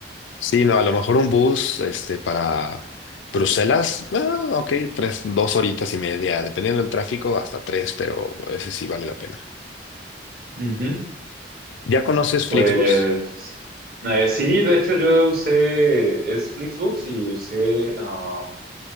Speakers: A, on the left; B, on the right.
A: Sí, no, a lo mejor un bus, este, para Bruselas, ah, ok, tres, dos horitas y media, dependiendo del tráfico, hasta tres, pero ese sí vale la pena.
B: Ujú.
A: ¿Ya conoces Flixbus?
B: Pues eh, sí, de hecho yo usé es Flixbus y usé um,